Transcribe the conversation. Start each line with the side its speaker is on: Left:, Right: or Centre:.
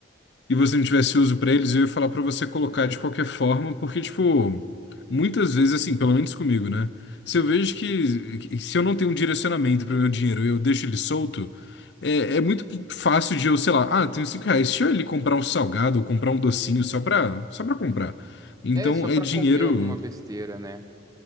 Left: e você não tivesse uso pra eles, eu ia falar pra você colocar
Right: Uhum.
Left: de qualquer forma, porque, tipo, muitas vezes, assim, pelo menos comigo, né? Se eu vejo que, que- se eu não tenho um direcionamento pro meu dinheiro e eu deixo ele solto, é, é muito fácil de eu, sei lá, ah, tenho cinco reais, deixa eu ele comprar um salgado ou comprar um docinho só pra, só pra comprar. Então,
Right: É só
Left: é
Right: para
Left: dinheiro,
Right: comer alguma besteira, né?